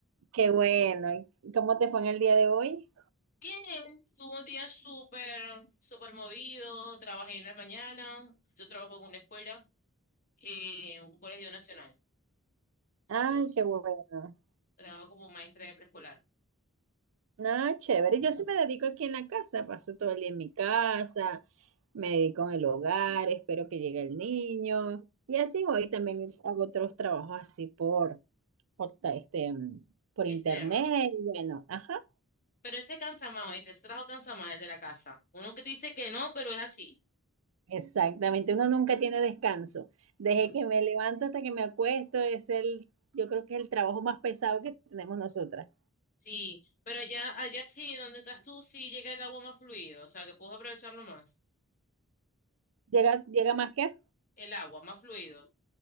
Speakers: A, on the right; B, on the left.
A: Qué bueno. ¿Y cómo te fue en el día de hoy?
B: Bien, tuvo un día súper, súper movido. Trabajé en la mañana. Yo trabajo en una escuela, eh, en un colegio nacional.
A: Ay,
B: Entonces,
A: qué bueno.
B: trabajo como maestra de preescolar.
A: No, chévere. Yo sí me dedico aquí en la casa, paso todo el día en mi casa, me dedico en el hogar, espero que llegue el niño. Y así voy, también hago otros trabajos así por, por ta- este, mm, por
B: Externo.
A: internet. y Bueno, ajá.
B: Pero ese cansa más, ¿oíste? Ese trabajo cansa más, el de la casa. Uno que te dice que no, pero es así.
A: Exactamente, uno nunca tiene descanso. Desde
B: Mm,
A: que me levanto hasta que me acuesto es el, yo creo que es el trabajo más pesado que tenemos nosotras.
B: Sí, pero allá, allá sí, donde estás tú, sí llega el agua más fluido. O sea, que puedes aprovecharlo más.
A: Llega, llega más que
B: El agua más fluido,